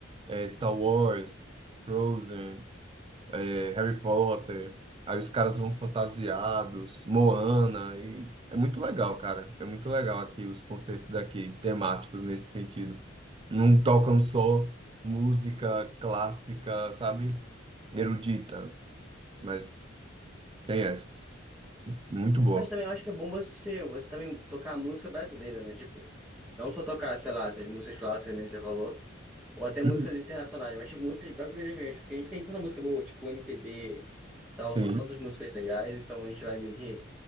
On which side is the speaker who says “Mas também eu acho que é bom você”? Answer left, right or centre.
Centre